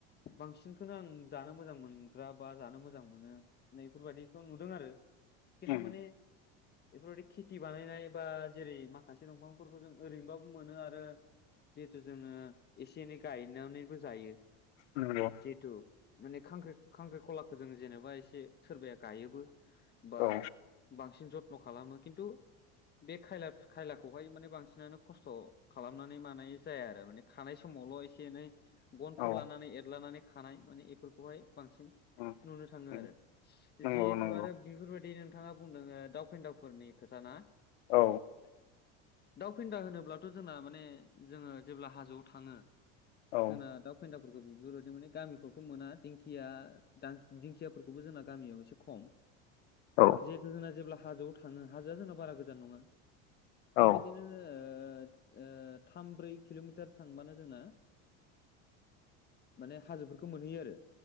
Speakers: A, on the left; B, on the left.
A: बांसिनखौनो आं जानो मोजां मोनग्रा बा जानो मोजां मोनो नैफोरबायदिखौ नुदों आरो खिन्थु
B: उम
A: माने बेफोरबायदि खेथि बानायनाय बा जेरै माखासे दंफांफोरखौ जों ओरैनोबाबो मोनो आरो जिहेथु जोङो एसे एनै गायनानैबो जायो
B: औ
A: जिथु माने खां खांख्रिखलाखौ जों जेनेबा एसे सोरबाया गायोबो बा
B: औ
A: बांसिन जथ्न' खालामो खिन्थु बे खायला खायलाखौहाय माने बांसिनानो खस्थ' खालामनानै मानाय जाया आरो माने खानाय समावल' एसे एसे एनै गनफोर
B: औ
A: लानानै एरलानानै खानाय माने बेफोरखौहाय बांसिन
B: उम
A: नुनो थाङो
B: उम
A: आरो
B: नंगौ
A: जिहेथु
B: नंगौ
A: आरो बेफोरबायदिनो नोंथाङा बुंदों दाव फेन्दाफोरनि खोथा ना
B: औ
A: दाउ फेन्दा होनोब्लाथ' जोंना माने जोङो जेब्ला हाजोआव थाङो
B: औ
A: जोंना दाउ फेन्दाफोरखौ बेफोरबायदि माने गामिफ्रावथ' मोना दिंखिया दां दिंखियाफोरखौबो जोंना गामियाव एसे खम
B: औ
A: जिहेतु जोंना जेब्ला हाजोआव थाङो हाजोआ जोंना बारा गोजान नङा बेबायदिनो
B: औ
A: ओ-ओ थाम ब्रै किल'मिटार थांबानो जोंना माने हाजोफोरखौ मोनहैयो आरो